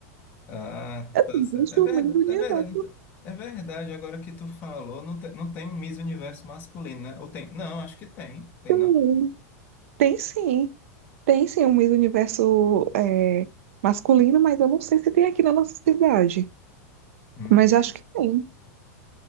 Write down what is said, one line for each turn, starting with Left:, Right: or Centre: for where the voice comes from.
Left: Ah, tá
Right: Existe
Left: certo. É verdade,
Right: o Miss Universo.
Left: é verdade. não te- É verdade, agora que tu falou, não, te- não tem um Miss Universo masculino, né? Ou tem? Não, acho que tem. Tem,
Right: Tem,
Left: não?
Right: tem sim, tem sim o Miss Universo é, masculino, mas eu não sei se tem aqui na nossa cidade.
Left: Hum,
Right: Mas acho que tem.